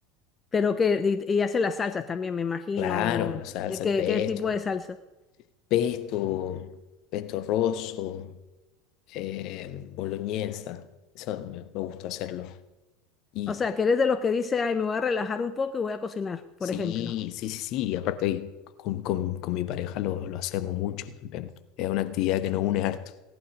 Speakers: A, on the left; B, on the left.
A: Pero que, y, y hace las salsas también, me imagino.
B: Claro, salsa,
A: ¿De qué,
B: pesto,
A: qué tipo de salsa.
B: pesto, pesto rosso, eh, boloñesa. Eso me, me gusta hacerlo. Y
A: O sea, que eres de los que dice, ay, me voy a relajar un poco y voy a cocinar, por
B: sí,
A: ejemplo.
B: sí, sí, sí. Aparte, con, con- con mi pareja lo, lo hacemos mucho también. Es una actividad que nos une harto.